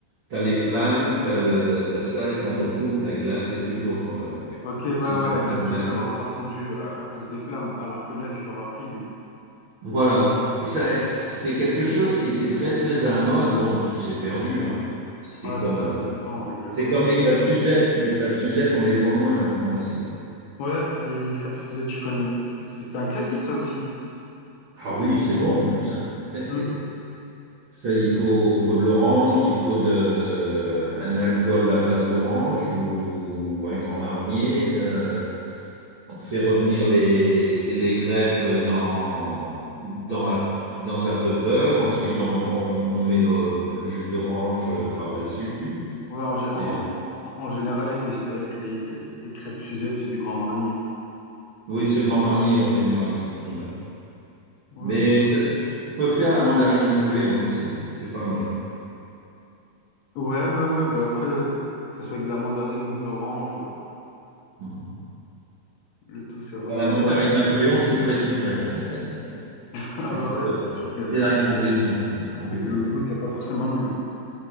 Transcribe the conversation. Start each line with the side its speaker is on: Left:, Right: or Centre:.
Right: T'as les flammes, t'as le, t'as ça, et quand on coupe, la glace est toujours, euh,
Left: Ok, ouais,
Right: c'est
Left: ouais,
Right: toujours
Left: la glace,
Right: une
Left: du
Right: glace.
Left: coup, elle aura pas fondu à, à cause des flammes, alors que l'œuf, il aura pris, lui.
Right: Voilà. Et ça, c'est quelque chose qui était très, très à la mode, bon, qui s'est perdu, hein. C'est
Left: Ouais,
Right: comme,
Left: c'est ça,
Right: euh,
Left: avec le temps, avec le
Right: c'est
Left: temps,
Right: comme
Left: ça.
Right: les crêpes Suzette. Les crêpes Suzette, on les voit moins maintenant aussi.
Left: Ouais, les, les crêpes Suzette, je connais. C'est c'est- c'est un classique, ça aussi.
Right: Ah oui, c'est bon en plus, hein. <laughs>
Left: Hum.
Right: Ça, il faut, faut de l'orange, il faut de, un alcool à base d'orange ou, ou un Grand Marnier. euh, On fait revenir les, les crêpes dans, dans la, dans un peu de beurre. Ensuite, on, on- on met le, le jus d'orange euh, par-dessus.
Left: Ouais, en, gé- en-
Right: Et, euh,
Left: en- en- général, avec les, avec les, les, les crêpes Suzette, c'est du Grand Marnier.
Right: oui, c'est le Grand Marnier en général qui prime. hein.
Left: Ouais,
Right: Mais
Left: c'est
Right: ça,
Left: ça.
Right: c'est- on peut faire la mandarine Napoléon aussi. C'est pas mal.
Left: Ouais, ouais, ouais, bah après, que ce soit avec de la mandarine ou de l'orange, euh,
Right: Mhm.
Left: le tout c'est vraiment.
Right: Enfin, La
Left: Mais
Right: mandarine
Left: ouais, là-
Right: Napoléon, c'est très sucré. hein. <laughs>
Left: <laughs>
Right: C'est
Left: ah bah
Right: ça,
Left: ouais,
Right: le-
Left: ça, c'est sûr que le,
Right: c'est l'inconvénient. L'inconvénient.
Left: que le goût c'est pas forcément le même.